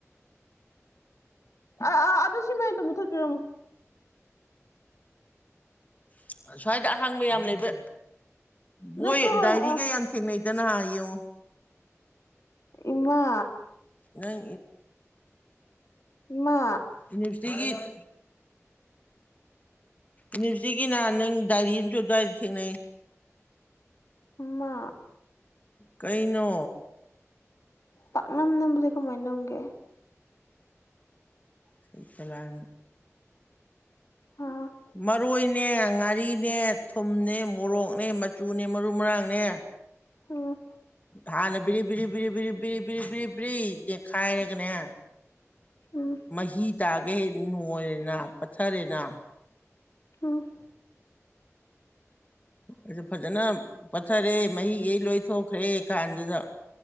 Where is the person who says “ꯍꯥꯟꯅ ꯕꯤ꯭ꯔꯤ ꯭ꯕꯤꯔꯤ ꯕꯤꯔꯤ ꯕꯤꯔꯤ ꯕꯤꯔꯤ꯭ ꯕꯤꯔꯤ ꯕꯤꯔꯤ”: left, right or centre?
Left